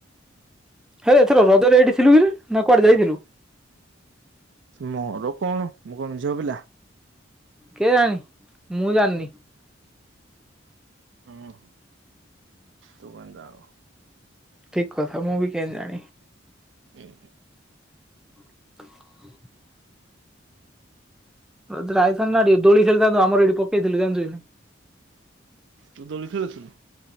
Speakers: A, in the centre; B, on the right (about 70°).
A: ହେରେ ଏଥର ରଜରେ ଏଇଠି ଥିଲୁ କିରେ ନା କୁଆଡେ ଯାଇଥିଲୁ?
B: ମୋର କଣ ମୁଁ କଣ ଝିଅ ପିଲା?
A: କେଜାଣି ମୁଁ ଜାଣିନି।
B: ହୁଁ ତୁ କେନ୍ତି ଜାଣିବୁ।
A: ଠିକ କଥା ମୁଁ ବି କେମିତି ଜାଣି
B: ହୁଁ।
A: <inaudible> ରଜରେ ଆଇଥାନ୍ତୁ ନା ଟିକେ ଦୋଳିଖେଳିଥାନ୍ତୁ ଆମର ଏଠି ପକେଇଥିଲୁ ଜାଣିଛୁ କି ନାହିଁ।
B: ତୁ ଦୋଳି ଖେଳୁଚୁ?